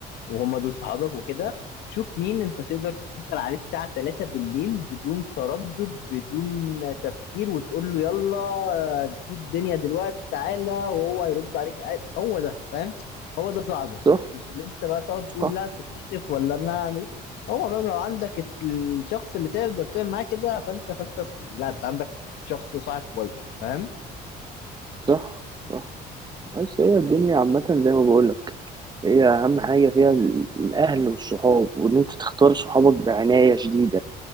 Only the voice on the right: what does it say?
صح
صح
صح صح. بس هي الدنيا عامة زي ما بقولك هي أهم حاجة فيها ال- الأهل والصحاب وإن أنت تختار صحابك بعناية شديدة